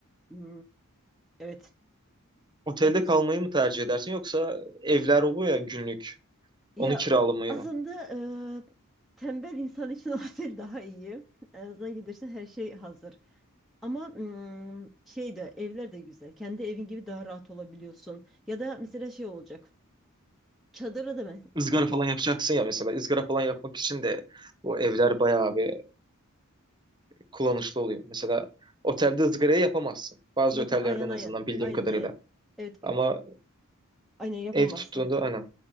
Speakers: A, in the centre; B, on the right.
A: Hmm, evet.
B: Otelde
A: Ya, güz-
B: kalmayı mı tercih edersin yoksa evler oluyor ya günlük. Onu
A: ya
B: kiralamayı
A: e, aslında
B: mı?
A: e, tembel insan için <laughs> otel daha iyi. En azından gidersin her şey hazır. Ama hmm, şey de evler de güzel. Kendi evin gibi daha rahat olabiliyorsun. Ya da mesela şey olacak. Çadırı da mı?
B: Izgara
A: Okey.
B: falan yapacaksın ya mesela. Izgara falan yapmak için de bu evler bayağı bir kullanışlı oluyor. Mesela otelde ızgarayı yapamazsın. Bazı
A: Yapam
B: otellerde
A: aynen
B: en azından
A: aynen.
B: bildiğim
A: Aynen
B: kadarıyla.
A: aynen. Evet
B: Ama
A: aynen yapamazsın.
B: ev tuttuğunda aynen.